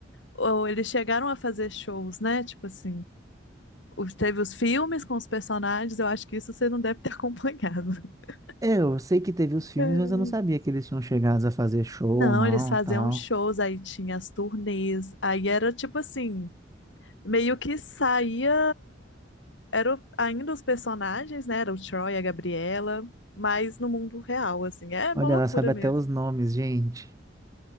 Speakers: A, on the left; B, on the right.
A: ou eles chegaram a fazer shows, né? Tipo assim, os- teve os filmes com os personagens, eu acho que isso você não deve ter acompanhado. <laughs>
B: é, eu sei que teve os filmes,
A: É.
B: mas eu não sabia que eles tinham chegado a fazer show,
A: Não,
B: não,
A: eles faziam
B: tal.
A: shows, aí tinha as turnês, aí era tipo assim, meio que saía. Eram ainda os personagens, né? Era o Troy, a Gabriela, mas no mundo real, assim. É
B: Olha,
A: uma loucura
B: ela sabe até
A: mesmo.
B: os nomes, gente.